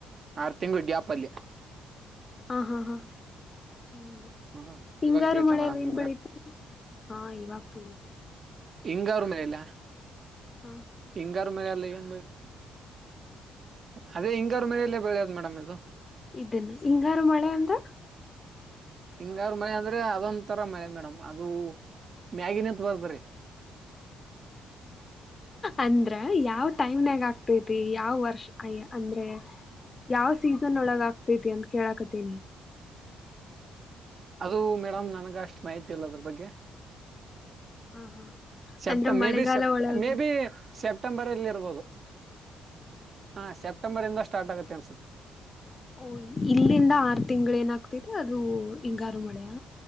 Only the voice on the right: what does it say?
ಆರು ತಿಂಗಳುಡ್ಯಾಪಲ್ಯಿ
ಹ್ಮ್
ಇವಾಗ ತಿಳ್ತ
ಮೇಡಮ್ ನೀವ
ಹಿಂಗ ಅವ್ರ ಮೇಲೆ
ಹಿಂಗಾರು ಮರಲ್ಲ ಬೆ ಅದೇ ಹಿಂಗ್ರ ಮೇಲಲೆ ಬೆಳೆಯೋದು ಮೇಡಮ್ ಇದು
ಹಿಂಗಾರ ಮಳೆ ಅಂದ್ರೆ ಅದೊಂದ ತರ ಮಳೆ ಮೇಡಮ್ ಅದು ಮ್ಯಾಗಿಿನಂತ ಬರ್ತಾರೆ
ಅದು ಮೇಡಮ್ ನನ್ಗ ಅಷ್ಟು ಮಾಹಿತಿ ಇಲ್ಲ ಅದ್ರ ಬಗ್ಗೆ
ಸೆಪ್ಟ
ಮೇ
ಬಿ ಸೆಪ್ಟ
ಮೇ ಬಿ ಸೆಪ್ಟೆಂಬರ್ ಎಲ್ಲಿ ಇರ್ಬೋದು ಹಾ ಸೆಪ್ಟೆಂಬರ್ ಇಂದ ಸ್ಟಾರ್ಟ್ ಆಗತ್ತೆ ಅನ್ಸುತ್ತೆ